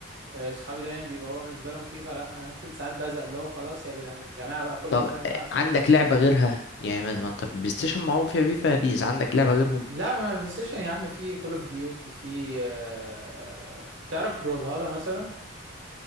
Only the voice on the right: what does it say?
آه، صحابي دايما بيبقى هو بالنسبه لهم فيفا لا انا ممكن ساعات بزق اللي هو خلاص يا جدع- يا جماعه بقى كل
مره هنلعب فيفا
فيفا
لا ما البلاي ستيشن يا عم في كول اوف ديوتي في آه، تعرف بrawlhalla مثلا